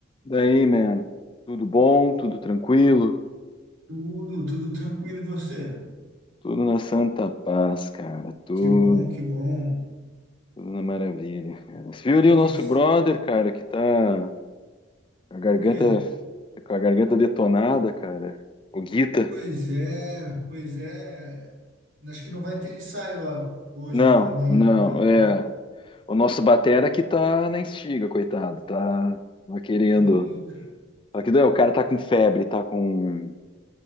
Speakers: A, on the left; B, on the right.
A: Daí, man, tudo bom, tudo tranquilo,
B: Tudo, tudo tranquilo e você?
A: tudo na santa paz, cara, tudo,
B: Que bom, que bom.
A: tudo na maravilha, cara. Você viu ali o nosso
B: Que, que,
A: brother, cara, que tá com a garganta,
B: que?
A: com a garganta detonada, cara, o Guita?
B: Pois é, pois é. Acho que não vai ter ensaio ah, hoje,
A: Não,
B: amanhã,
A: não,
B: então,
A: é,
B: né?
A: o nosso batera que tá na estiga, coitado, tá, tá querendo,
B: Sim, cara.
A: só que não, o cara tá com febre, tá com,